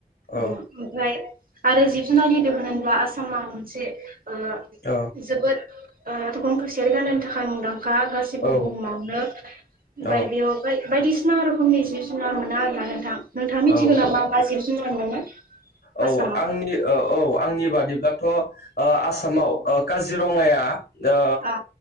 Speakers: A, on the left; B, on the right.
A: औ
B: ओमफ्राय आरो जिब जुनार दोहोन होनब्ला आसामा मोनसे ओ ओ
A: औ
B: जोबोद ओ ओ गं थसेआरि गान्दानि थाखाय मुंदांखा गासिबो
A: औ
B: बुहुमावनो
A: औ
B: बायदेव बायदिसिना रोखोमनि जिब जुनार मोना आरो ना नोंथां नोंथाङा मिथिगौ
A: औ
B: ना मा मा जिब जुनार मोनो
A: औ
B: आसामाव
A: आंनि ओ औ आंनि बादिब्लाथ' ओ आसामाव ओ काजिरङाया ओ
B: अ